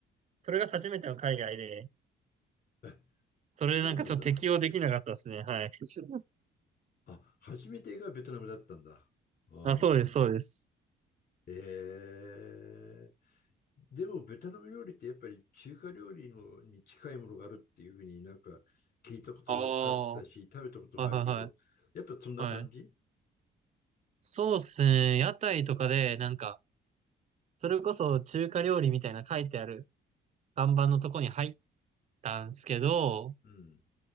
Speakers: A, on the right (about 35°); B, on the left (about 50°).
A: それが初めての海外で、
B: あ
A: それなんかちょっと適応できなかったですね。
B: そうなんだ。
A: はい。<laughs>
B: あ、初めてがベトナムだったんだ。ああ。
A: あ、そうです、そうです。
B: ええ。でも、ベトナム料理ってやっぱり中華料理のに近いものがあるっていうふうになんか聞いたこともあったし、
A: ああ、は
B: 食べたこともあるけど、
A: いはいはい。
B: やっぱそんな感じ
A: はい。そうですね。屋台とかでなんかそれこそ中華料理みたいな書いてある看板のとこに入ったんですけど、
B: うん。